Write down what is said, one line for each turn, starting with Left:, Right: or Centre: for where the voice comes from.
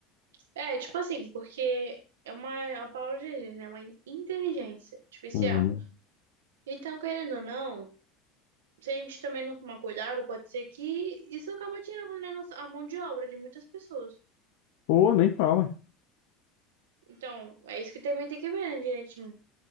Right: É, tipo assim, porque é uma, é uma palavra de Deus, né? Uma in- inteligência artificial.
Left: Uhum.
Right: Então, querendo ou não, se a gente também não tomar cuidado, pode ser que isso acaba tirando, né, nossa- a mão de obra de muitas pessoas.
Left: Ou nem fala.
Right: Então, é isso que também tem que ver, né, direitinho.